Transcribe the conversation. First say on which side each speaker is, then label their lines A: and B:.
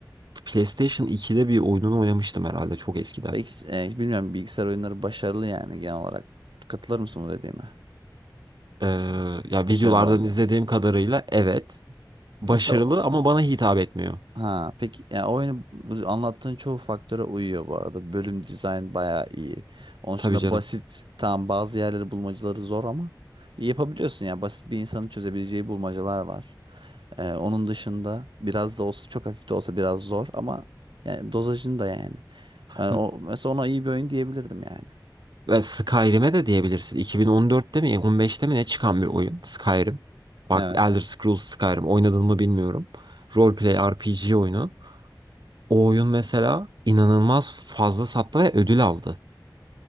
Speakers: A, on the right; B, on the right.
A: PlayStation 2'de bir oyununu oynamıştım herhalde çok eskiden.
B: Belki, e, bilmiyorum bilgisayar oyunları başarılı yani genel olarak. Katılır mısın bu dediğime?
A: Ee, ya
B: Başarılı
A: videolardan
B: oldu.
A: izlediğim kadarıyla evet başarılı
B: Mesela
A: ama bana hitap etmiyor.
B: Ha, peki ya oyunu bu anlattığın çoğu faktöre uyuyor bu arada. Bölüm dizayn bayağı iyi. Onun
A: Tabii
B: dışında
A: canım.
B: basit. Tamam bazı yerleri bulmacaları zor ama yapabiliyorsun ya. Basit bir insanın çözebileceği bulmacalar var. Ee, onun dışında biraz da olsa çok hafif de olsa biraz zor ama yani dozajını da yani. Yani
A: M-
B: o, mesela ona iyi bir oyun diyebilirdim yani.
A: Ve Skyrim'e de diyebilirsin. 2014'te mi 15'te mi ne çıkan bir oyun Skyrim. Bak
B: Evet.
A: Elder Scrolls Skyrim oynadın mı bilmiyorum. Roleplay RPG oyunu. O oyun mesela inanılmaz fazla sattı ve ödül aldı.